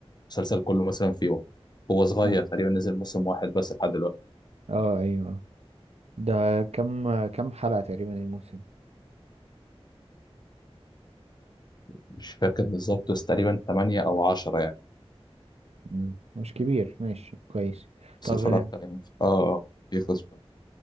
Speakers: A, on the left; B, on the right.
A: المسلسل كله مثلا في يوم هو صغير
B: اه
A: تقريبا نزل موسم واحد بس لحد دلوقتي
B: اه ايوه ده كم كم حلقة تقريبا الموسم
A: مش فاكر بالظبط بس تقريبا 8 أو 10 يعني
B: مم. مش كبير ماشي كويس
A: بس
B: طب
A: اتفرجت
B: آه،
A: عليه اه اه يخلص بقى